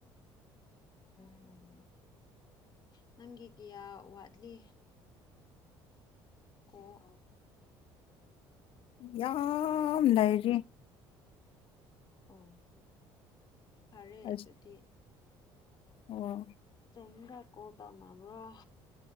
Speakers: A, on the left; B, on the left.
A: ꯎꯝ ꯅꯪꯒꯤ ꯀꯌꯥ ꯋꯥꯠꯂꯤ ꯀꯣꯜ
B: ꯌꯥꯝ ꯂꯩꯔꯤ
A: ꯑꯝ ꯐꯔꯦ
B: ꯑꯁ
A: ꯑꯗꯨꯗꯤ
B: ꯑꯣ
A: ꯍꯤꯡꯒꯥ ꯀꯣꯜ ꯇꯧꯅꯕ꯭ꯔꯣ